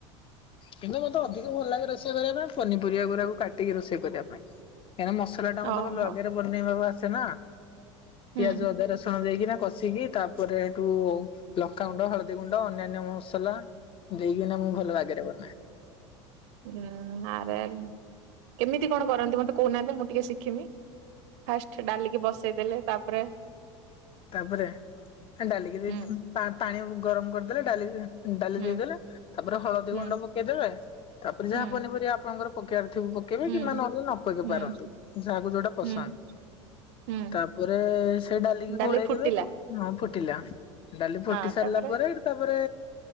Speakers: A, on the left; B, on the right.
A: କିନ୍ତୁ ମତେ ଅଧିକ ଭଲ ଲାଗେ ରୋଷେଇ କରିବା ପାଇଁ। ପନିପରିବା ଗୁରାକୁ କାଟିକି ରୋଷେଇ କରିବା ପାଇଁ। କାଇଁ ନା ମସଲା ଟା ମତେ
B: ଓହୋ
A: ଭଲ ବାଗରେ ବନେଇବା ବା ଆସ୍ ଛେନା।
B: ହୁଁ
A: ପିଆଜ ଅଦା ରସୁଣ ଦେଇକିନା କଷିକି ତାପରେ ଏଠୁ ଲଙ୍କାଗୁଣ୍ଡ ହଳଦୀ ଗୁଣ୍ଡ ଅନ୍ୟାନ୍ୟ ମସ୍ ସଲା। ଦେଇକିନା ମୁଁ ଭଲ ବାଗରେ ବନାଏ।
B: ଉୁଁ ଆରେ ଆରେ କେମିତି କଣ କରନ୍ତି? ମତେ କହୁନାହାଁନ୍ତି? ମୁଁ ଟିକେ ଶିଖିମି। ଫାଷ୍ଟ ଡାଲିକି ବସେଇଦେଲେ। ତାପରେ।
A: ତାପରେ ଏ ଡାଲିକି ଦେଇକି
B: ହୁଁ
A: ଫୁଣି ପା ପାଣି ଆଉ ଉୁଁ ଗରମ କରିଦେଲେ ଡାଲି ଡାଲି
B: ହୁଁ
A: ଦେଇଦେଲେ ତାପରେ ହଳଦୀ
B: ହୁଁ
A: ଗୁଣ୍ଡ ପକେଇଦେବେ। ତାପରେ ଯାହା
B: ହୁଁ
A: ପନିପରିବା ଆପଣଙ୍କର ପକେଆର୍ ପକେଇଲେ ପକେଇବେ
B: ହୁଁ
A: କିମ୍ବା ନହେଲେ ନ ପକେଇ
B: ହୁଁ
A: ପାରନ୍ତୁ ଯାହାକୁ ଯୋଉଟା ପସନ୍ଦ।
B: ହୁଁ ହୁଁ
A: ତାପରେ ସେ ଡାଲିକି
B: ଡାଲି
A: ଘୋଡେଇ
B: ଫୁଟିଲା
A: ଦେବେ ତ ହଁ ଫୁଟିଲା ଡାଲି ଫୁଟି
B: ହଁ
A: ସାରିଲା
B: ତାପରେ
A: ପରେ ସେଠୁ ତାପରେ ରେ